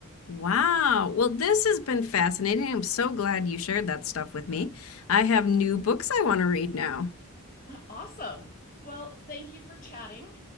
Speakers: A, on the left; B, on the left.
A: Wow. Well, this has been fascinating. I'm so glad you shared that stuff with me. I have new books I want to read now.
B: Awesome. Well, thank you for chatting.